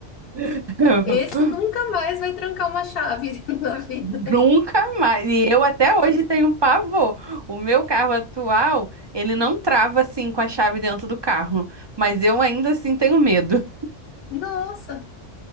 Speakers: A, on the right (about 40°); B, on the left (about 60°).
A: <laughs>
B: esse nunca mais vai trancar uma chave <laughs> na vida.
A: Nunca mais. E eu até hoje tenho pavor. O meu carro atual, ele não trava assim com a chave dentro do carro, mas eu ainda assim tenho medo.
B: Nossa,